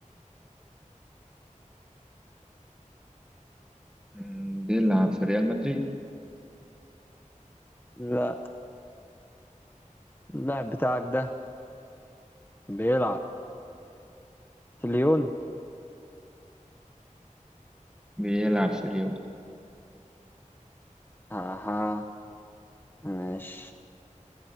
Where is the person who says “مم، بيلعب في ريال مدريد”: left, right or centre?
Centre